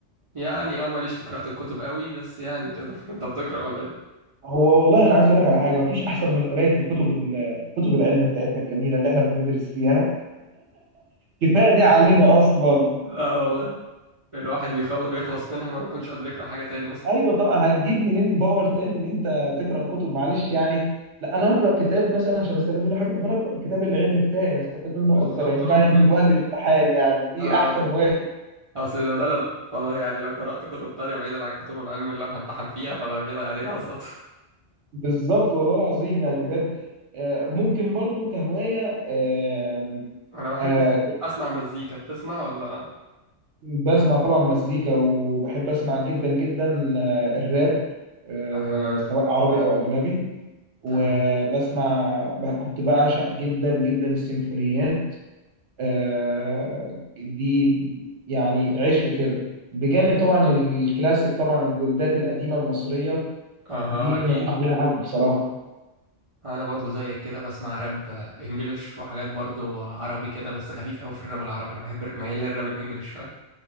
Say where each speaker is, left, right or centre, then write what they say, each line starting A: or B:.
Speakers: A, on the right; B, on the right.
A: يعني اه ماليش في قراءه الكتب قوي بس يعني كده <laughs> انت بتقرا ولا إيه؟
B: هو والله انا عايز اقول لك على حاجه مفيش احسن من قرايه الكتب ال- الكتب العلم بتاعتنا الجميله اللي احنا بندرس فيها كفايه دي علينا اصلا
A: اه والله الواحد بيخل... بيخلص منها ما بيكونش قادر يقرأ حاجة تاني أصلا
B: ايوه طبعا هتجيب منين باور تاني ان انت تقرا كتب معلش يعني لا انا هقرا كتاب مثلا عشان استفاد منه حاجه طب انا اقرا الكتاب العلمي بتاعي هستفاد منه
A: بالظبط
B: اكتر هينفعني
A: اه بقول-
B: في وقت الامتحان يعني دي
A: آه
B: احسن هوايه فيه.
A: أصل لا ده لا ده فأنا يعني لو قرأت كتب تانية بعيدا عن كتب العلم اللي أنا همتحن فيها فأنا كده يعني إيه هسقط
B: بالظبط والله العظيم يعني بجد آه، ممكن برضو كهوايه آه،
A: <laughs> أنا بحب
B: آه، كنت
A: أسمع مزيكا بتسمع ولا
B: بسمع طبعا مزيكا وبحب اسمع جدا جدا آه، الراب آه،
A: أها
B: سواء عربي او اجنبي وبسمع
A: تمام
B: ب- كنت بعشق جدا جدا السيمفونيات آه، دي يعني عشق كده بجانب طبعا الكلاسيك طبعا الجلدات القديمه المصريه
A: أها
B: دي
A: أكيد
B: ما فيش غنى عنها <laughs> بصراحه
A: أنا برضو زيك كده بسمع راب إنجليش وحاجات برضو عربي كده بس خفيف أوي في الراب العربي أنا بحب ميال للراب الإنجليش شوية